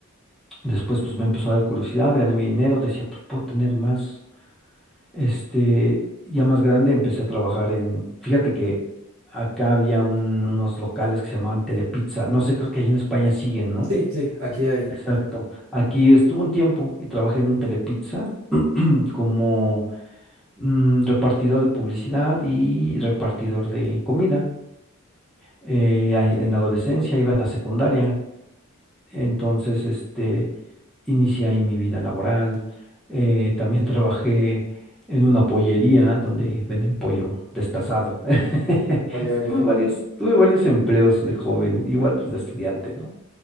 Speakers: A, in the centre; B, on the right.
A: Después, pues me empezó a dar curiosidad, gané mi dinero, decía, pues puedo tener más. Este, ya más grande, empecé a trabajar en, fíjate que acá había un- unos locales que se llamaban Telepizza. No sé, creo que allí en España siguen, ¿no?
B: Sí, sí, aquí hay.
A: Exacto. Aquí estuve un tiempo y trabajé en un Telepizza como mm, repartidor de publicidad y repartidor de comida. Eh, ahí en la adolescencia, iba en la secundaria. Entonces, este inicié ahí mi vida laboral. eh, también <laughs> trabajé en una pollería donde venden pollo destazado.
B: Ujú.
A: <laughs>
B: Ok, ok.
A: Tuve varios, tuve varios empleos de joven, igual pues de estudiante, ¿no?